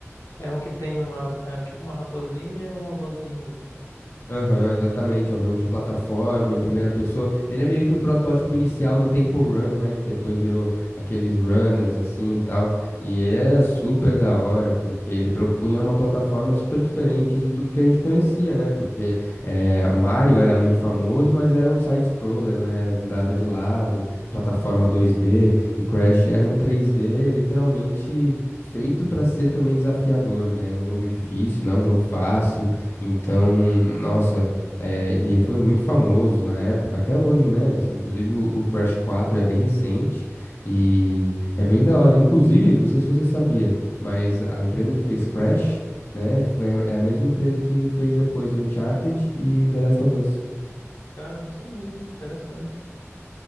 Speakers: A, on the left; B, on the left.
A: É um que tem uma, é tipo uma raposinha e um robozinho, né?
B: Aham, exatamente. É um jogo de plataforma em primeira pessoa. Ele é meio que o protótipo inicial do Temple Run, né? Que depois virou aqueles runners assim e tal. E ele era
A: Uhum.
B: super da hora, porque ele propunha uma plataforma super diferente de tudo que a gente conhecia, né? Porque eh, Mario era muito famoso, mas era um side-scroller, né? Andava de lado, plataforma 2D. E Crash era um 3D literalmente feito para ser também desafiador, né? Era um jogo difícil, não é um jogo fácil. Então, nossa, eh, e ele foi muito famoso na época, até hoje, né? Assim, inclusive o, o Crash 4 é bem recente e é bem da hora. Inclusive, não sei se você sabia, mas a empresa que fez Crash, né, foi, a- é a mesma empresa que fez depois Uncharted e The Last of Us.
A: Cara, eu não sabia. Interessante.